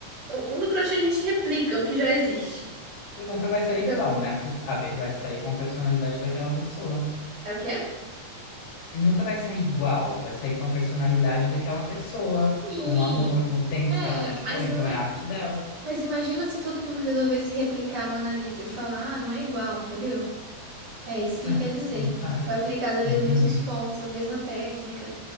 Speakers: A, on the right; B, on the left.
A: o, o no crochê a gente replica o que já existe,
B: E nunca vai sair
A: entendeu?
B: igual, né? Você sabe, vai sair com a personalidade daquela pessoa.
A: É o quê é?
B: E nunca vai sair igual, vai sair com a personalidade daquela pessoa,
A: Sim.
B: com o amor, com o tempo
A: É,
B: que ela dedicou,
A: mas
B: então
A: não
B: é
A: é.
B: a arte dela.
A: Mas imagina se todo mundo resolvesse replicar a Mona Lisa e falar, ah, não é igual, entendeu? É isso que
B: É,
A: quer dizer.
B: sim, claro.
A: Foi aplicado ali
B: Entendi.
A: os mesmos pontos, a mesma técnica.